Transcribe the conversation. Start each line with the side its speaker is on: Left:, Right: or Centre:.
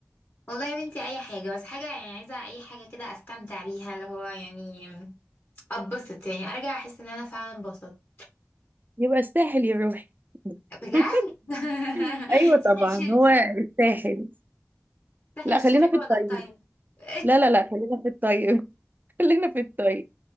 Left: والله يا بنتي اي حاجة بس حاجة يعني عايزة اي حاجة كده استمتع بيها اللي هو يعني اتبسط يعني ارجع احس ان انا فعلا اتبسطت
Right: يبقى الساحل يا روحي
Left: بجد
Right: <laughs>
Left: <laughs>
Right: ايوه طبعا
Left: ساحل الشرير
Right: هو الساحل
Left: ساحل
Right: لا
Left: الشرير
Right: خلينا في
Left: ولا
Right: الطيب
Left: الطيب <laughs>
Right: لا لا لا خلينا في الطيب <laughs> خلينا في الطيب